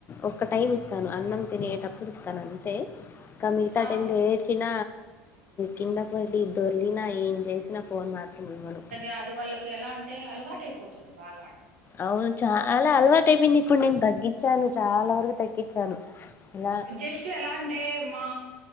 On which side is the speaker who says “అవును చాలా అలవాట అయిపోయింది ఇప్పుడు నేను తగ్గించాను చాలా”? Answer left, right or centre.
Left